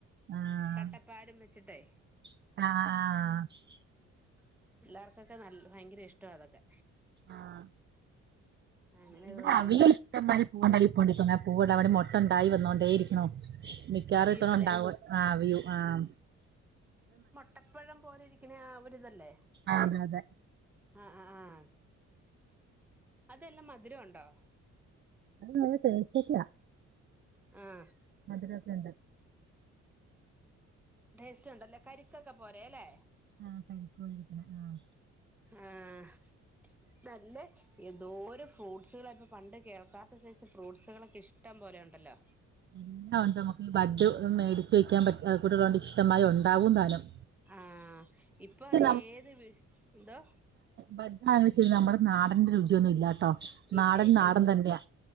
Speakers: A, on the right; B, in the centre.
A: ആഹ്
B: കട്ടപ്പാലും വെച്ചിട്ടെ
A: ആഹ് ആഹ്
B: ഉ പിള്ളേർക്കൊക്കെ നല്ല ഭയങ്കര ഇഷ്ടവാ അതൊക്കെ
A: ആഹ്
B: അങ്ങനെ
A: ഇവിടെ
B: അതുകൊണ്ട്
A: അവിൽ ഇഷ്ടം മാരി <unintelligible> അവടെ മൊട്ട്ണ്ടായി വന്നോണ്ടേ ഇരിക്ക്ണു. മിക്കാറും
B: അവിയു
A: ഇപ്പതുണ്ടാവ.
B: അല്ലേ
A: ആഹ് വ്യൂ ആഹ്
B: അട്ടപ്പഴം പോലിരിക്ക്ണെ ആ ഒരിതല്ലേ?
A: ആഹ് അതെ അതെ.
B: ആഹ് ആഹ് ആഹ് അതെല്ലാം മധുര ഉണ്ടോ?
A: അത് നല്ല ടേസ്റ്റൊക്ക്യാ.
B: ആഹ്.
A: മധുരൊക്കെണ്ട്.
B: ടേസ്റ്റുണ്ടല്ലേ? കരിക്കൊക്കെ പോലെല്ലേ?
A: ആ കരിക്കുമായിരിക്കണ ആ
B: ആഹ് നല്ല എന്തോര് ഫ്രൂട്ട്സ്കളാ ഇപ്പൊ പണ്ട് കേൾക്കാത്ത സൈസ് ഫ്രൂട്ട്സുകളൊക്കെ ഇഷ്ടം പോലെ ഉണ്ടല്ലോ.
A: <unintelligible> ബഡ് മേടിച്ച് വെക്കാൻ പറ്റ്ന്നകൂടെള്ളോണ്ട് ഇഷ്ടമായി ഉണ്ടാവും താനും.
B: ആഹ് ഇപ്പാണെ
A: പക്ഷെ
B: ഏത് വിസ്‌ എന്തോ?
A: ബഡ് <unintelligible> നമ്മടെ നാടന്റെ രുചിയൊന്നുല്ലാട്ടോ.
B: ഇല്ല
A: നാടൻ
B: ഇല്ല
A: നാടൻ
B: ആഹ്
A: തന്ന്യാ